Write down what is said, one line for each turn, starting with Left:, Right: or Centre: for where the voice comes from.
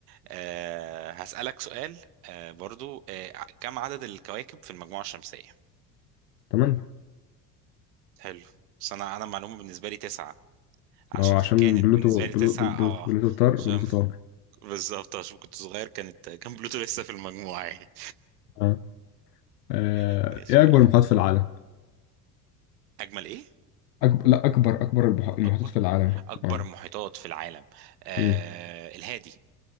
Right: آه هسألك سؤال آه برضو آه ع- كم عدد الكواكب في المجموعه الشمسيه
Left: تمام
Right: حلو بس انا انا المعلومه بالنسبه لي تسعه عشان
Left: ما هو عشان
Right: كانت
Left: بلوتو
Right: بالنسبه
Left: بلو-
Right: لي تسعه
Left: بلو- بلوتو
Right: اه
Left: بلوتو طار
Right: عشان
Left: بلوتو
Right: <laughs>
Left: طار
Right: بالظبط عشان كنت صغير كانت كان بلوتو لسه في المجموعه يعني
Left: أه آه،
Right: <laughs> ماشي
Left: إيه
Right: قول
Left: أكبر
Right: لي
Left: المحيطات في العالم؟
Right: اجمل ايه
Left: أكبر لا أكبر أكبر البح- المحيطات
Right: اكبر
Left: في العالم
Right: اكبر
Left: أه
Right: محيطات في العالم آه
Left: مم.
Right: الهادي